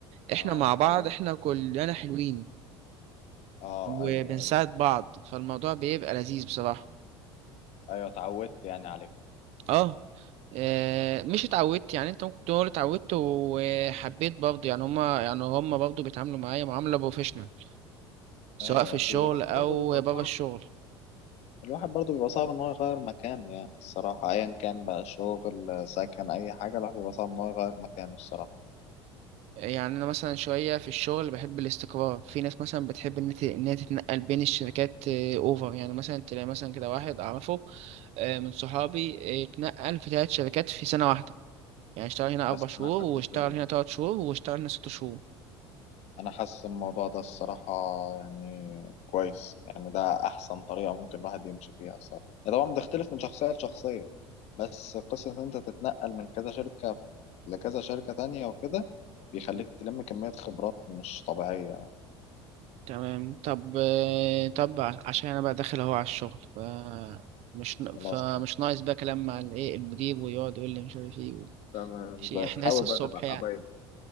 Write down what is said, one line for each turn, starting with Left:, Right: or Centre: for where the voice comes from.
Right: احنا
Left: اه
Right: مع
Left: اتعودت
Right: بعض احنا كلنا حلوين
Left: اه
Right: وبنساعد
Left: ايوه ايوه
Right: بعض فالموضوع بيبقى لذيذ بصراحه
Left: ايوه اتعودت يعني عليه
Right: اه آه، مش اتعودت يعني انت ممكن تقول اتعودت وحبيت برضه يعني هما يعني هما برضه بيتعاملوا معايا معاملة بروفيشنال سواء
Left: ايوه
Right: في الشغل
Left: اكيد الواحد
Right: او
Left: برضه بيبقى
Right: بره
Left: صعب
Right: الشغل
Left: الواحد برضو بيبقى صعب ان هو يغير مكانه يعني الصراحه ايا كان بقى شغل سكن اي حاجه الواحد بيبقى صعب ان هو يغير مكانه الصراحه
Right: يعني انا مثلا شوية في الشغل بحب الاستقرار في ناس مثلا بتحب ان ت- ان هي تتنقل بين الشركات آه، اوفر يعني مثلا تلاقي مثلا كده واحد اعرفه آه، من صحابي آه، اتنقل في ثلاث شركات في سنة واحدة يعني اشتغل هنا
Left: بس
Right: اربع شهور
Left: انا حاسس
Right: واشتغل
Left: ال-
Right: هنا تلات شهور واشتغل هنا ست شهور
Left: انا حاسس الموضوع ده الصراحه يعني كويس يعني ده احسن طريقه ممكن الواحد يمشي فيها الصراحه هي طبعا بتختلف من شخصيه لشخصيه بس قصة إن أنت تتنقل من كذا شركة لكذا شركة تانية وكده بيخليك تلم كمية خبرات مش طبيعية
Right: تمام طب آه، طب ع- عشان انا بقى داخل اهو على الشغل ف مش ن-
Left: خلاص
Right: فمش ناقص بقى كلام مع الايه المدير ويقعد يقول لي مش عارف ايه و-
Left: تمام
Right: ماشي احنا
Left: حاول
Right: لسه الصبح
Left: بقى تبقى
Right: يعني
Left: حبايب